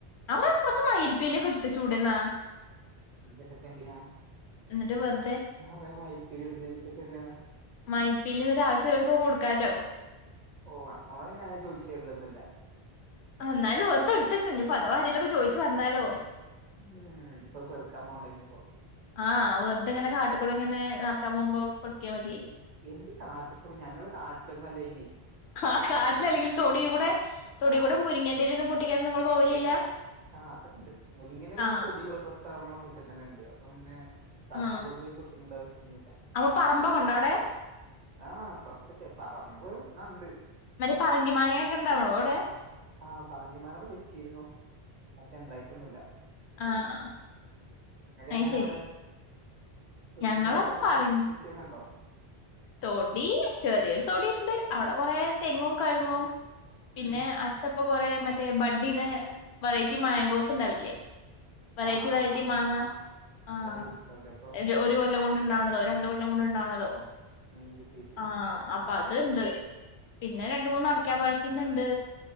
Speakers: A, on the left; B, on the right.
A: അവ കൊറച്ച് മയിൽപ്പീലിക്കെ എടുത്തച്ചുടെന്നെ
B: എന്നിട് ഇപ്പൊ എന്തിനാ
A: എന്നിട്ട് വെറുതെ
B: ഞാൻ കൊറേ മൈൽപീലി എടുത്ത് വെച്ചിട്ട് ഇപ്പൊ എന്തിനാ
A: മൈൽപ്പിലി ഒരു ആവശ്യം ഒള്ളോർക്കൊക്കെ കൊടുക്കാലോ
B: ഓ നമ്മളോട് അയിന് ആരും ചോദിച്ചുരിലൊന്നില്ല
A: എന്നാലും വെറുതെ എടുത്തചൊ ഇനിപ്പോ അഥവാ ആരെലൊക്കെ ചോയിച്ചു വന്നാലോ
B: ഉം ഇപ്പൊ അത് പെറുക്കാൻ പോകണ്ടെ ഇനിപ്പോ
A: ആഹ് വെറുതെങ്ങനെ കാട്ടുകുടെ കൂടെ ഇങ്ങനെ നടക്കാൻ പോകുമ്പോ പൊർക്കിയ മതി
B: എന്ത് കാട്ടിക്കൂടി ഞങ്ങള് കാട്ടിലൊന്നുല്ല അയിന്
A: ആഹ് കാട്ടില്ലല്ലെങ്കിൽ തൊടി കൂടെ തൊടി
B: ആഹ്
A: കൂടെ മുരിങ്ങന്റെ ഇല പൊട്ടിക്കാനൊന്നും നിങ്ങള് പോവലില്ല
B: ആഹ് അതൊണ്ട് മുരിങ്ങന്റെ ഇല
A: ആ
B: അയിന് തൊടി കൂടെ തൊട്ട നമ്മളെ മുറ്റതന്നെ അപ്പൊ പിന്നെ കാട്ട്
A: ആ
B: കൂടെ പോയി പൊട്ടിക്കേണ്ട അവസ്ഥന്നില്ല
A: അപ്പൊ പറമ്പൊക്കെ ഇണ്ടോ അവിടെ
B: ആഹ് കൊറച്ചൊക്കെ പറമ്പ് ആ ഇണ്ട്
A: മറ്റേ പറങ്കി മാങ്ങയൊക്കെ ഇണ്ടാണോ അവിടെ
B: ആഹ് പറങ്കി മാങ്ങ അവടെ വെച്ചിരുന്നു പക്ഷെ ഇണ്ടായിട്ടൊന്നുല്ല
A: ആഹ്
B: ഉം
A: ആഹ്
B: ഇങ്ങൾക്ക്
A: അത്
B: എങനെ
A: ശരി
B: അവിടെ തൊടിയും
A: ഞങ്ങളവിടെ
B: വെളപ്പും
A: പറങ്കി
B: കൃഷിയൊക്കണ്ടൊ?
A: തൊടി ചെറിയൊരു തൊടിണ്ട് അവടെ കൊറേ തെങ്ങും കഴുങ്ങും പിന്നെ
B: ഉം
A: അ ചപ്പോ കൊറേ മറ്റേ ബഡ്ഡീതെ വെറൈറ്റി മേങ്കോസ് ഉണ്ടാവില്ലേ. വെറൈറ്റി
B: ആഹ്
A: വെറൈറ്റി
B: ആഹ്
A: മാങ്ങാ
B: ആഹ് ആഹ്
A: ആഹ്
B: അത് വെച്ചിണ്ടാവൂലേ അപ്പൊ
A: ഒര് ഒരു കൊല്ലം കൊണ്ട്ണ്ടാവ്ണതോ രണ്ട് കൊല്ലം കൊണ്ട്ണ്ടാവ്ണതോ
B: അത് സേ
A: ആഹ് അപ്പ അത്ണ്ട് പിന്നെ രണ്ട് മൂന്ന് അടക്കാപഴത്തിന്റെണ്ട്.